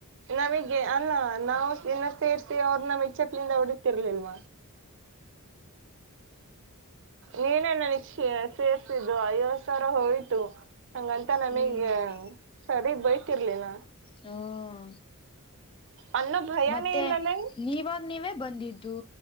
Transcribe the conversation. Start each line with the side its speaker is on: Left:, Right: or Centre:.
Right: ನಮಗೆ ಅಲ್ಲ ನಾವು ಇನ್ನ ಸೇರ್ಸಿ ಅವ್ರ ನಮಗ್ ಚಪ್ಲಿಂದ ಹೊಡತಿರ್ಲಿಲ್ವ. ನೀನೇನ ನ <unintelligible> ಸೇರ್ಸಿದ್ದು ಐವತ್ತ ಸಾವಿರ ಹೋಯ್ತು. ಹಂಗಂತ ನಮಿಗೆ
Left: ಹ್ಮ್
Right: ಸರಿ ಬಯ್ತಿರ್ಲಿಲ್ಲ.
Left: ಹ್ಮ
Right: ಅನ್ನೋ ಭಯಾನೇ
Left: ಮತ್ತೆ
Right: ಇಲ್ಲಲೇ
Left: ನೀವಾಗ ನೀವೇ ಬಂದಿದ್ ಇದು